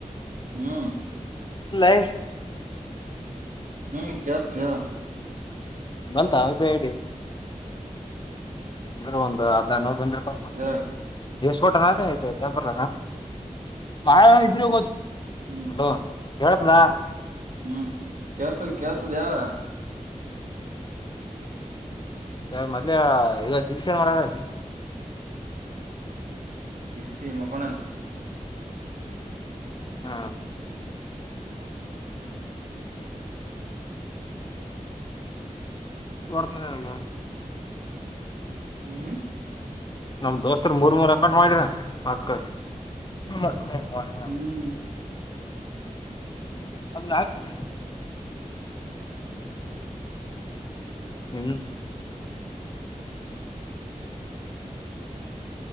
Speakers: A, on the right; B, on the left.
A: ಹ್ಮ್
B: ಯಕಲ್ಲ
A: ಹ್ಮ್ ಕತಾ
B: ಬಂತ ಆ್ದ ಹೇಳಿ ಅಂದ ಒಂದು ಅದ ನೋ ಬಂದ್ರರಿ ಪಾಪ
A: ಅದ್ರಾಗ
B: ದಸ್ಕೋಟ ಅದ ಟಂಪರ್ ಬಾಳ್ರ
A: ಹ್ಮ್
B: ಲೋ ಹೇಳಾ
A: ಹ್ಮ್ ಕೇಳ್ತದ ಕೇಳ್ತದ ಯಾವ
B: ಯ ಮೊದ್ ಇವಾಗತ್ತು ದಿನ್ಕ್ಷೆನ್ ಮಾಡಾರ ದಿ
A: ಸಿಗ್ಸಿ ಮಕೋಣನ್
B: ಹಾ ಕೊರ್ತನಕ್ಕ
A: ಹ್ಮ್
B: ನಮ್ ದೋಸ್ತರ್ ಮೂರ್ ಮೂರ್ ಅಕಟ್ ಮಾಡಿರ ಅಕತ್ ನೀ ಮ ಯ
A: ಹ್ಮ್
B: ಅದು ಆಾಗ್ತದೆ ಎ